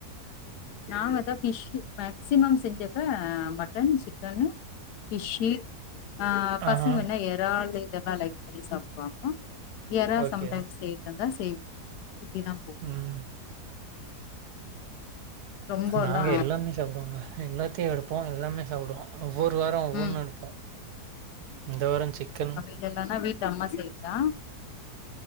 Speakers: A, on the left; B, on the right.
A: நாங்கதா ஃபிஷ்ஷூ மேக்சிமம் செஞ்சாக்க மட்டன் சிக்கன் ஃபிஷ்ஷி ஆ
B: ஆஹா.
A: பசங்க வேனா எறாளு இதெல்லா லைக் பண்ணி சாப்டுவாங்க எறா
B: ஓகே.
A: சம்டைம்ஸ் செய்றதாயிருந்தா செய்வோ இப்டிதா போவு
B: ம்
A: ரொம்பல்லா
B: நாங்க எல்லாமே சாப்டுவோங்க எல்லாத்தியு எடுப்போ எல்லாமே சாப்டுவோ ஒவ்வொரு வார ஒவ்வொன்னு
A: ம்
B: எடுப்போ இந்த வார சிக்கன்
A: இதெல்லமே வீட்ல அம்மா செய்தா